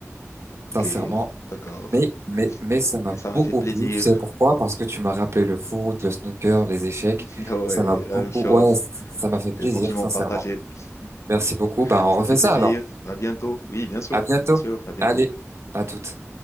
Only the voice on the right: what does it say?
sincèrement,
mais, mais, mais ça m'a
beaucoup
plu, tu sais pourquoi? Parce que tu m'as rappelé le foot, le snooker, les échecs,
ça m'a
beaucoup,
ouais, ça m'a fait plaisir,
sincèrement.
Merci beaucoup, ben on
refait
ça alors.
À bientôt.
Allez, à toutes.